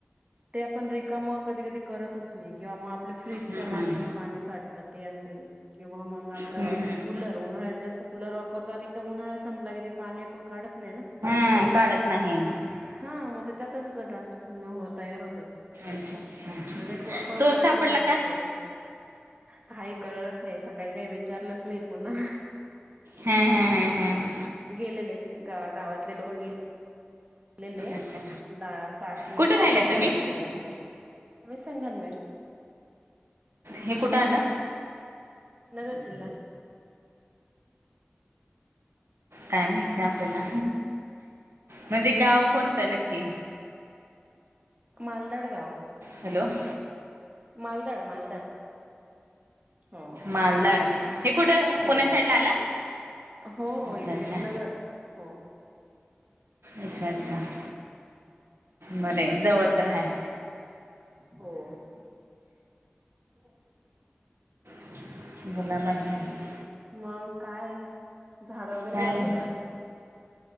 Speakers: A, on the right; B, on the right.
A: ते आपण रिकाम कधी कधी करतच नाही किंवा मग आपल्या फ्रीजच्या
B: हम्म,
A: मागे जे पाणी साठत ते असेल. हो मग
B: हम्म,
A: आप
B: हम्म.
A: कुलर!.. उन्हाळ्यात जास्त कुलर वापरतो आणि एकदम उन्हाळा संपला के पाणी आपण काढत नाही ना?
B: हम.. ! काढत नाही?
A: हा!. म ते त्यातच तर डास तयार होतात.
B: अच्छा अच्छा.
A: म ने कु आपण
B: चोर
A: काढलं
B: सापडला
A: पाहिजे?
B: का?
A: काही कळलंच नाही? सकाळी काही विचारलंच नाही पुन्हा! !..
B: हम हम हम हम!..
A: गेलेले ग गावातले लोक गेलेले. गेलेले
B: अच्छा.
A: काठी
B: कुठे राहिलाय
A: बॅटऱ्या
B: तुम्ही?
A: वगैरे घेऊन मी संगमनेर.
B: हे कुठं आलं?
A: नगर जिल्हा.
B: काय माहीत आपल्याला म्हणजे गाव कोणतं नक्की?
A: मालदाड गाव.
B: हॅलो! !.
A: मालदाड मालदाड. हो
B: मालदड हे कुठं
A: हो
B: पूणे साईड ला आलं?
A: हो
B: अच्छा
A: हो इकडे
B: अच्छा.
A: नगर हो!
B: अच्छा अच्छा! !.. बरं य जवळ तर हाय.
A: हो! !.. <unintelligible>
B: <unintelligible>
A: मग काय? झाडं वगैरे
B: काय
A: लावली का